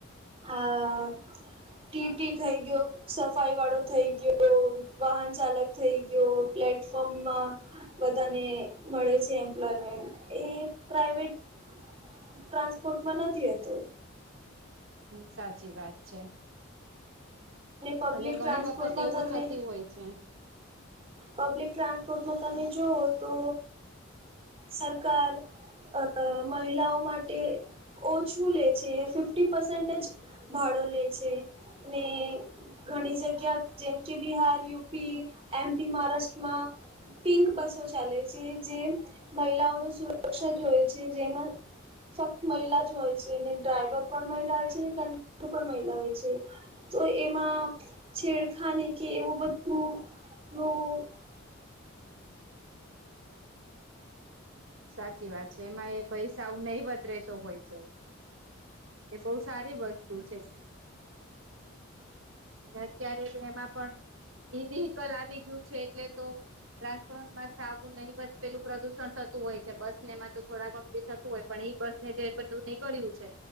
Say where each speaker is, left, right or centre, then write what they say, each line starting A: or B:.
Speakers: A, on the right; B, on the right.
A: આ ટી ટી થઈ ગયો, સફાઈ વાળો થઈ ગયો. વાહન ચાલક થઈ ગયો પ્લેટફોર્મમાં બધાને મળે છે એમ્પ્લોયમેન્ટ એ પ્રઇવેટ ટ્રાન્સપોર્ટમાં નથી રહેતો.
B: હમ સાચી વાત છે.
A: પબ્લિક
B: અને ઘણી
A: ટ્રાન્સપોર્ટમાં
B: વખત એવું
A: તમે
B: થતી હોય છે.
A: પબ્લિક ટ્રાન્સપોર્ટનું તમે જુઓ તો સરકાર અ મહિલાઓ માટે ઓછું લે છે ફિફ્ટી પસન્ટ જ ભાડો લે છે ને ઘણી જગ્યા જેમ કે બિહાર, યુપી, એમપી, મહારાષ્ટ્રમાં પિંક બસો ચાલે છે, જે મહિલાઓનું સુરક્ષા જોય છે. જેમાં ફક્ત મહિલા જ હોય છે, ને ડ્રાઈવર પણ મહિલા હોય છે. ને કંડક્ટર પણ મહિલા હોય છે. તો એમાં છેડખાને કે એવું બધું હું!
B: સાચી વાત છે એમાં એ પૈસા આવું નહીંવત રેતો હોય છે. એ બહુ સારી વસ્તુ છે. અને અત્યારે તો એમાં પણ ઈ વેહિકલ આવી ગયું છે એટલે તો. રાજકોટમાં આવું નહિવત પેલું પ્રદુષણ થતું હોય છે બસ. એમાં તો થોડા ઘણું બ થતું હોય પણ એઈ બસ ને જે બધું નહી કર્યું છે